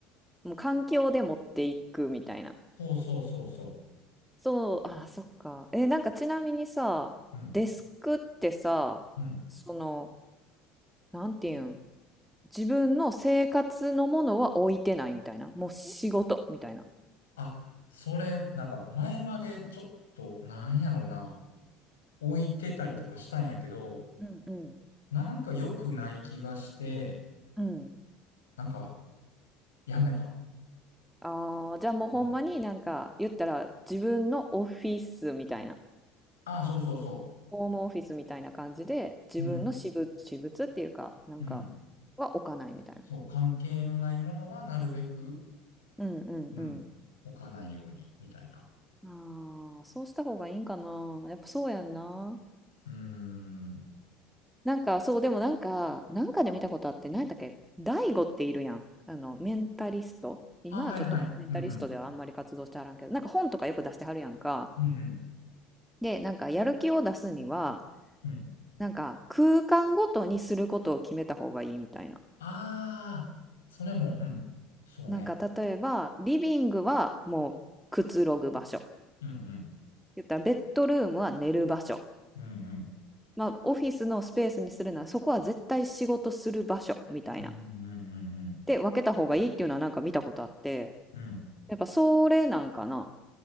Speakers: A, in the centre; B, on the left.
A: もう環境で持っていくみたいな。
B: そうそうそうそ
A: そう、あー、そっか。え、なんかちなみにさ、
B: う。うん
A: デスクってさ、
B: うん。
A: その、なんていうん、自分の生活のものは置いてないみたいな。もう仕事みたいな。
B: あ、それ、なんか前までちょっと、なんやろな、置いてたりとかしたんやけど、
A: うん、うん、
B: なんか良くない気がして、
A: うん。
B: なんかやめた。
A: ああ、じゃあもうほんまになんか言ったら自分のオフィスみたいな、
B: うん。ああ、そうそうそ
A: ホームオフィスみたいな感じで自分の私物、
B: う。うん。
A: 私物っていうかなんか
B: うん。
A: は置かないみたいな。
B: そう、関係のないものはなるべく、
A: うんうんうん。
B: うん、置かないように、みたいな。
A: ああ、そうした方がいいんかな。やっぱそうやんな。
B: うーん。
A: なんかそう、でもなんか、なんかで見たことあって、何やったっけ大悟っているやん。あの、メンタリスト。今はちょっとまあメンタリストではあんまり活動してはらんけど、
B: あ、はいはい。うんうん。
A: なんか本とかよく出してはるやんか。
B: うんうん。
A: で、なんかやる気を出すには、
B: うん。
A: なんか空間ごとにすることを決めた方がいいみたいな。
B: ああ、それも、うん。そうね。
A: なんか例えばリビングはもうくつろぐ場所。
B: うんうん。
A: 言ったらベッドルームは寝る場所。
B: うんうん。
A: まあオフィスのスペースにするならそこは絶対仕事する場所みたいな。
B: うんうんうんうん
A: で分けた方がいいっていうのはなんか見たことあって、
B: うん。うん
A: やっぱそれなんかな。